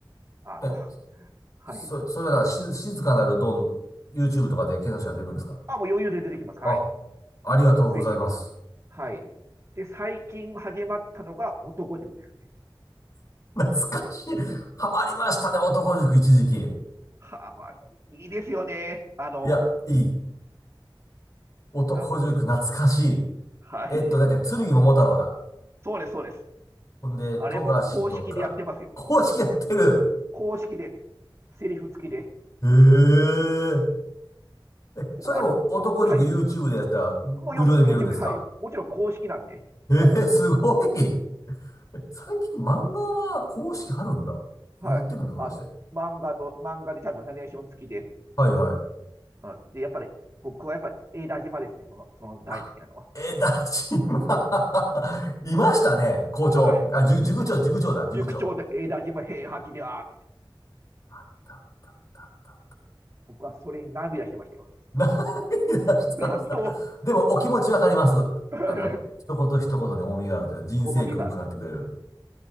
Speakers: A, on the right; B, on the left.
A: あの、
B: え、
A: はい。
B: そ、それはだからし、静かなるドン、YouTube とかで検索したら出るんですか
A: あ、もう余裕で出てきます。はい。
B: あ、ありがとうございます。
A: はい、もうぜひぜひ。はい。で、最近始まったのが男塾です。
B: <laughs> 懐かしい。ハマりましたね、男塾一時期。い
A: はあ、まあ、いいですよね。あの、
B: や、いい。男塾懐かしい。
A: なんですか。はい。
B: えっと、だって、剣桃太郎だ。
A: そうです、そうです。
B: ほんで、
A: あれも公式でやってますよ。
B: 富樫とか、公式やってる。
A: 公式で、セリフ付きで。
B: へえ。え、
A: 僕、
B: それも男塾
A: あの、はい。
B: YouTube でやったら無料で見れるんですか
A: もう YouTube で、はい。もちろん公式なんで、
B: えー、
A: も
B: すごい。え最近漫画は公式あるんだ。
A: う、
B: やってるんだ、
A: はい。
B: 話で。
A: あの、漫画の、漫画でちゃんとナレーション付きで。
B: はいはい。
A: うん、で、やっぱり、僕はやっぱり、江田島ですね。その、その大好きなのは。
B: あ、えー、だし、<laughs> 今、いましたね。校長。
A: はい。
B: あ、塾塾長、塾長だ、
A: 塾長と江田島平八である。
B: 塾長。あったあったあった。
A: 僕はそれに涙してましたよ。
B: 何出してました。
A: <laughs> なんと
B: でも、お気持ちわかります。
A: <laughs>
B: あの、一言一言に重みがあるという人生訓を語ってくれる。
A: 重みがある。うん、